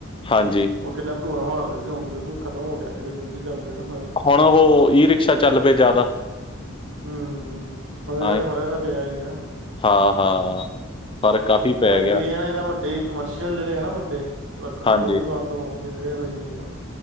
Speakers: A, on the left; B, on the right.
A: ਹਾਂਜੀ
B: ਉਹ ਕਿੱਡਾ ਧੂਆਂ ਮਾਰਦੇ ਸੀ। ਹੁਣ ਬਿਲਕੁਲ ਖਤਮ ਹੋ ਗਿਆ ਕਿਉਕਿ ਦੂਜੇ ਚੱਲ ਪਏ ਨਾ ਸਾਰੇ
A: ਹੁਣ, ਉਹ ਈ ਰਿਕਸ਼ਾ ਚੱਲ ਪਏ ਜ਼ਿਆਦਾ।
B: ਹਂ, ਉਹਦੇ
A: ਹਾਂ
B: ਕਰਕੇ ਫਰਕ ਤਾਂ ਪਿਆ ਹੀ ਆ।
A: ਹਾਂ, ਹਾਂ। ਪਰ ਕਾਫੀ ਪੈ
B: ਬਾਕੀ
A: ਗਿਆ
B: ਇਹ ਨਾਂ ਇਦਾ ਵੱਡੀ ਕਮਰਸ਼ੀਅਲ ਜਿਹੜੇ ਆ ਨਾਂ ਵੱਡੇ ਟਰੱਕ ਟਰੁੱਕ
A: ਹਾਂਜੀ
B: ਉਹ ਵੀ ਬੰਦ ਹੋਣਗੇ ਫੇਰ ਸਹੀ ਹੋਊਗਾ।